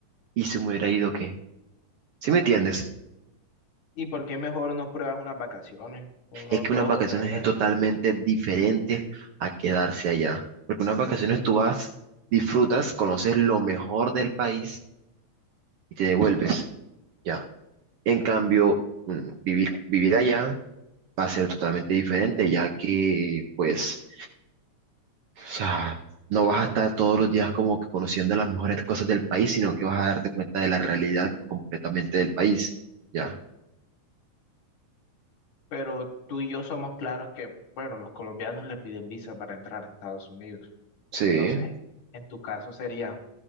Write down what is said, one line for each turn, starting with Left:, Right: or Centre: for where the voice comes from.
Right: ¿Y si me hubiera ido qué? ¿Sí me entiendes?
Left: ¿Y por qué mejor no pruebas unas vacaciones? Unos
Right: Es que
Left: dos
Right: unas vacaciones
Left: o tres meses.
Right: es totalmente diferente a quedarse allá. Porque unas vacaciones tú vas, disfrutas, conoces lo mejor del país y te devuelves. Ya. En cambio, mm, vivir, vivir allá. va a ser totalmente diferente, ya que, pues, o sea, no vas a estar todos los días como que conociendo las mejores cosas del país, sino que vas a darte cuenta de la realidad completamente del país, ¿ya?
Left: Pero tú y yo somos claros que, bueno, los colombianos le piden visa para entrar a Estados Unidos.
Right: Sí,
Left: Entonces, en tu caso sería,